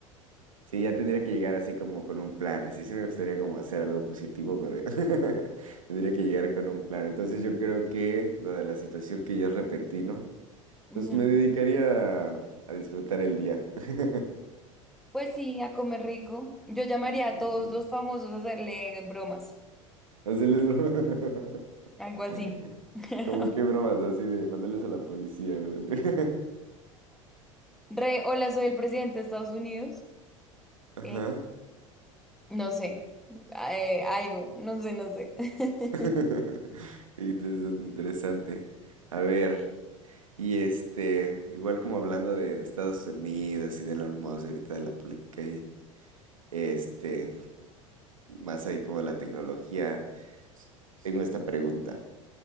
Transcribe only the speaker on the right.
sí, ya tendría que llegar así como con un plan. Así sí me gustaría como hacer algo positivo, pero <laughs> tendría que llegar con un plan. Entonces yo creo que, dada la situación que ya es repentino,
pues me dedicaría a, a disfrutar el día. <laughs>
No
sé.
Hacerles bromas.
<laughs>
Como qué bromas así de mandarles a la policía o algo así. <laughs>
Ajá.
<laughs> Interesante, interesante. A ver. Y este, igual como hablando de, de Estados Unidos y de Elon Musk, ahorita de la política y este, más ahí como de la tecnología, tengo esta pregunta.